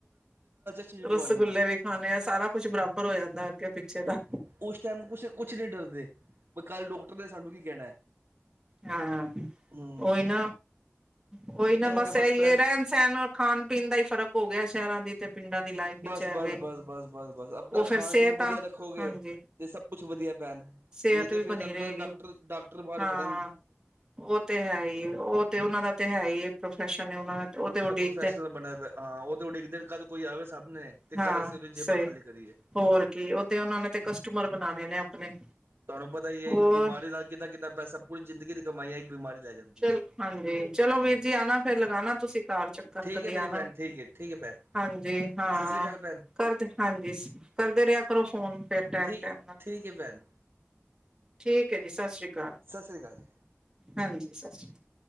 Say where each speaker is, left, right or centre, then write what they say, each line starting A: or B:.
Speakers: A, on the right; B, on the right.
A: ਚੀਨੀ ਪਵਾਨੀ
B: ਰਸਗੁੱਲੇ
A: ਏ
B: ਵੀ ਖਾਣੇ, ਸਾਰਾ ਕੁੱਛ ਬਰਾਬਰ ਹੋ ਜਾਂਦਾ ਅੱਗੇ ਪਿੱਛੇ ਦਾ-
A: ਉ- ਉਸ ਟਾਈਮ ਕੁਛ ਕੁਛ ਨਹੀਂ ਡਰਦੇ ਬ ਕੱਲ੍ ਡਾਕਟਰ ਨੇ ਸਾਨੂੰ ਕੀ ਕਹਿਣਾ
B: ਹਾਂ
A: ਹੂੰ
B: ਉਹੀ ਨਾ ਉਹੀ ਨਾ,
A: ਇਹ
B: ਬਸ
A: ਤੇ
B: ਇਹੀ
A: ਭੈਣ
B: ਰਹਿਣ ਸਹਿਣ ਖਾਣ ਪੀਣ ਦਾ ਹੀ ਫਰਕ ਹੋ ਗਿਆ ਸ਼ਹਿਰਾਂ ਦੀ ਤੇ, ਪਿੰਡਾਂ ਦੀ ਲਾਈਫ
A: ਬਸ,
B: ਵਿੱਚ ਐਵੇਂ
A: ਬਸ ਬਸ, ਬਸ ਬਸ, ਬਸ ਆਪਣਾ
B: ਉਹ
A: ਖਾਣ
B: ਫਿਰ ਸਿਹਤ
A: ਪੀਣ ਵਧੀਆ
B: ਆ
A: ਰੱਖੋ ਗਏ
B: ਹਾਂਜੀ
A: ਤੇ ਸਭ ਕੁਛ ਵਧੀਆ ਭੈਣ,
B: ਸਿਹਤ
A: ਨਹੀਂ ਤੇ
B: ਵੀ
A: ਫੇਰ
B: ਬਣੀ
A: ਤੁਹਾਨੂੰ
B: ਰਹੇਗੀ
A: ਪਤਾ ਡਾਕਟਰ ਡਾਕਟਰ ਬਾਹਰ
B: ਹਾਂ
A: ਖੜੇੈ
B: ਉਹ ਤੇ ਹੈ ਈ ਏ ਉਹ ਤੇ ਉਹਨਾਂ ਦਾ ਤੇ ਹੈ ਈ ਏ, ਪ੍ਰੋਫੈਸ਼ਨ ਏ ਉਹਨਾ ਦਾ। ਉਹ ਤੇ ਉਡੀਕ
A: ਪ੍ਰੋਫੈਸ਼ਨਲ ਬਣਿਆ ਪਿਆ ਹਾਂ। ਉਹ ਤੇ ਉਡੀਕਦੇ ਨੇ ਕਦ ਕੋਈ ਆਵੇ ਤੇ
B: ਹਾਂ
A: ਕਦ ਅਸੀਂ ਉਹਦੀ ਜੇਬਾਂ
B: ਸਹੀ
A: ਖਾਲੀ ਕਰੀਏ।
B: ਹੋਰ ਕੀ, ਉਹਦੇ ਉਹਨਾਂ ਨੇ ਤੇ ਕਸਟਮਰ ਬਣਾਣੇ ਨੇ ਆਪਣੇ-
A: ਤੁਹਾਨੂੰ ਪਤਾ ਈ ਏ
B: ਹੋਰ
A: ਏਕ ਬਿਮਾਰੀ ਨਾਲ ਕਿਦਾ ਕਿਦਾ ਪੈਸਾ, ਪੂਰੀ ਜਿੰਦਗੀ ਦੀ ਕਮਾਈ ਹੈ ਏਕ ਬਿਮਾਰੀ ਲੈ ਜਾਂਦੀ।
B: ਚੱਲ
A: ਹੈ
B: ਹਾਂਜੀ, ਚਲੋ ਵੀਰ ਜੀ ਆਣਾ ਫਿਰ ਲਗਾਉਣਾ ਤੁਸੀਂ ਘਰ ਚੱਕਰ,
A: ਠੀਕ
B: ਕਦੇ
A: ਹੈ ਮੇਰੀ
B: ਆਣਾ
A: ਭੈਣ ਠੀਕ ਹੈ ਠੀਕ ਹੈ ਭੈਣ
B: ਹਾਂਜੀ ਹਾਂ,
A: ਸਤਿ ਸ੍ਰੀ ਅਕਾਲ ਭੈਣ
B: ਕਰਦੇ ਹਾਂਜੀ ਕਰਦੇ ਰਿਆ ਕਰੋ ਫੋਨ। ਫਿਰ ਟੈਮ
A: ਠੀਕ
B: ਟੈਮ ਨਾਲ
A: ਠੀਕ ਹੈ, ਭੈਣ-
B: ਠੀਕ ਹੈ ਜੀ ਸਤਿ ਸ਼੍ਰੀ ਅਕਾਲ,
A: ਸਤਿ ਸ੍ਰੀ ਅਕਾਲ ਜੀ
B: ਹਾਂਜੀ ਜੀ ਸਤਿ ਸ਼੍ਰੀ ਅਕਾਲ